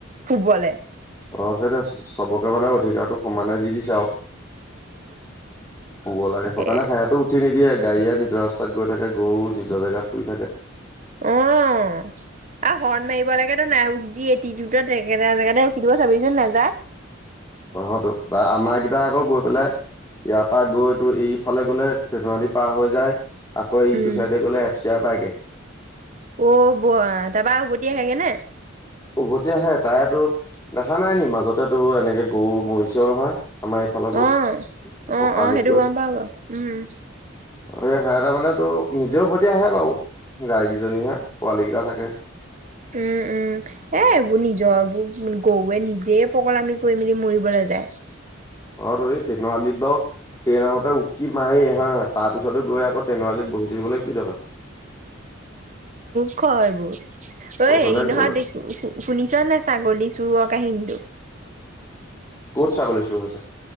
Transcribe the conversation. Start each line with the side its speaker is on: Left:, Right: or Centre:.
Right: শুবলে
Left: অ সেইটো চোন চবকে মানে অধিকাৰটো সমানে দি দিছে। চাও শুব লাগে শুকানে
Right: এ
Left: সিহতো উঠি নিদিয়ে গাড়ীয়ে নিজৰ ৰাস্তাত গৈ থাকে গৰু নিজৰ জেগাত শুই থাকে।
Right: অ', অ' আৰু হৰ্ণ মাৰিব লাগেতো নাই যি এটি একেটা জেগাতে ৰখি দিব চাবি চোন নাযায়। <inaudible>
Left: তহতো বা আমাৰ কিবা আকৌ গৈ পেলাই ইয়াৰ পৰা গৈতো এইফালে গলে তেনুৱালি পাৰ হৈ যায়। আকৌ ইটো
Right: উম।
Left: চাইডে গ'লে এফচিয়াৰ পাইগে।
Right: অ ব তাৰপা উভতি আহেগে নে?
Left: উভতি আহে তাইতো। দেখা নাই নি মাজতেতো এনেকে গৰু মৰিছেও নহয়। আমাৰ এইফালৰ গৰু
Right: অহ অহ
Left: পকালিত
Right: অ সেইটো
Left: গৈ
Right: গম পাওঁ উম।
Left: <unintelligible> মানে তোৰ নিজেও উভতি আহে বাৰু গাইকেইজনীহে পোৱালী কেইটা থাকে।
Right: উম উম এ এইবোৰ নিজৰ এইবোৰ গৰুৱে নিজেই পগলামি আমি কৰি মেলি মৰিবলৈ যায়। <inaudible>
Left: অ এই তেনুৱালিত বাৰু ট্ৰেইন আহোঁতে উকি মাৰি হয় নহয় তাৰ পিছতো গৈ আকৌ তেনাৱালিত। বহি থাকিবলৈ কি দৰকাৰ।
Right: কি কয় এইবোৰ ঐ
Left: সেইকাৰণে
Right: হেৰি নহয়
Left: গৈ
Right: দেখো শুনিছ নে ছাগলী চোৰৰ কাহিনীটো।
Left: ক'ত ছাগলী চুৰ হৈছে।